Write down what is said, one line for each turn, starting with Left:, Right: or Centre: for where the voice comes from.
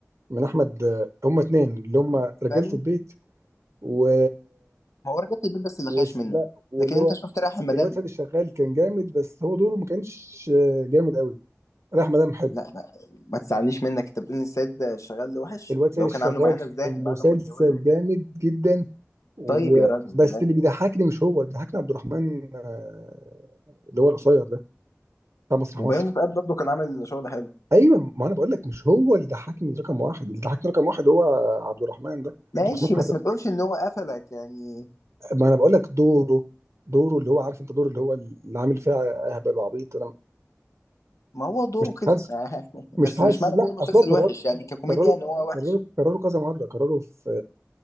Right: من احمد آه، هما اتنين اللي هما رجاله
Left: فاهمني
Right: البيت و
Left: ما هو رجعت البيت بس اللي
Right: و
Left: خايش منه
Right: لا واللي
Left: لكن انت
Right: هو
Left: شفت رايح المدام
Right: الواد سيد الشغال كان جامد بس هو دوره ما كانش آه، جامد قوي راح مدام حلو
Left: لا لا ما تزعلنيش منك انت بتقول ان السيد شغال وحش
Right: الواد سيد
Left: لو
Right: الشغال
Left: كان عامله معانا الزاهد
Right: مسلسل
Left: بعد ما اتجوزه
Right: جامد جدا و...
Left: طيب يا راجل ازاي
Right: بس اللي بيضحكني مش هو اللي بيضحكني عبد الرحمن آه، اللي هو القصير ده بتاع مسرح
Left: وبيومي
Right: مصر
Left: فؤاد برضه كان عامل شغل حلو
Right: ايوه ما انا بقول لك مش هو اللي ضحكني رقم واحد اللي ضحكني رقم واحد هو عبد الرحمن ده
Left: ماشي
Right: عبد الرحمن
Left: بس
Right: حسن
Left: ما تقولش ان هو قفلك يعني
Right: ما انا بقول لك دوره دوره اللي هو عارف انت دوره اللي هو اللي عامل فيها اهبل وعبيط انا
Left: ما هو دوره
Right: مش
Left: كده
Right: حاسس
Left: <laughs> بس
Right: مش حاسس
Left: مش معنى
Right: لا
Left: كده المسلسل
Right: اصلا كرروا
Left: وحش يعني ككوميديا
Right: كرروا
Left: ان هو وحش
Right: كرروا كرروا كذا مره كرروا في